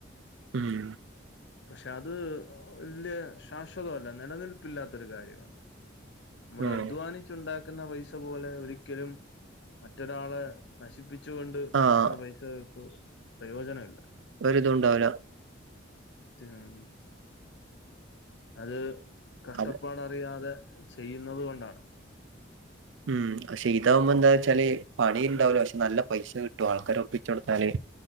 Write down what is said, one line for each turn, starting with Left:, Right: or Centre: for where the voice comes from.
Right: ഉം
Left: പക്ഷെ അത് വല്ല്യ ശാശ്വതമല്ല നിലനിൽപ്പില്ലാത്തൊരു കാര്യമാണ് മ്മള്
Right: ഉം
Left: അധ്വാനിച്ചുണ്ടാക്കുന്ന പൈസ പോലെ ഒരിക്കലും മറ്റരാളെ നശിപ്പിച്ച് കൊണ്ട്
Right: ആഹ്
Left: കിട്ടുന്ന പൈസകൾക്ക് പ്രയോജനമില്ല
Right: ഒര് ഇതും ഇണ്ടാവുല
Left: <unintelligible> അത് കഷ്ടപ്പാടറിയാതെ
Right: അത്
Left: ചെയ്യുന്നത് കൊണ്ടാണ്
Right: ഉം പക്ഷെ ഇതാവുമ്പ എന്താ വെച്ചാല് പണി ഇണ്ടാവുല പക്ഷെ നല്ല പൈസ കിട്ടും ആൾക്കാരെ ഒപ്പിച്ച് കൊട്ത്താല്